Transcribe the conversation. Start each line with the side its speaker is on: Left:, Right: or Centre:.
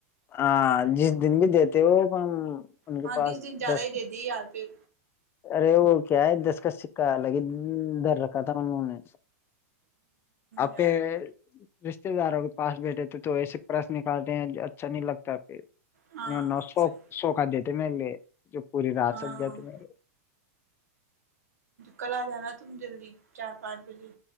Left: ہاں جس دن بھی دیتے وہ ہم ان کے
Right: ہاں
Left: پاس
Right: بیس دن زیادہ
Left: دس
Right: ہی دے دی یار پھر
Left: ارے وہ کیا ہے دس کا سکہ لگے ڈر رکھا تھا انوں نے آ
Right: یار
Left: کے رشتے داروں کے پاس بیٹھے تھے تو ایسے پرس نکالتے ہیں اچھا نہیں لگتا پھر
Right: ہاں
Left: <unintelligible>
Right: صحیح
Left: مل جو پوری رات
Right: ہاں
Left: س جات مل
Right: کل آ جانا تم جلدی چار پانچ بجے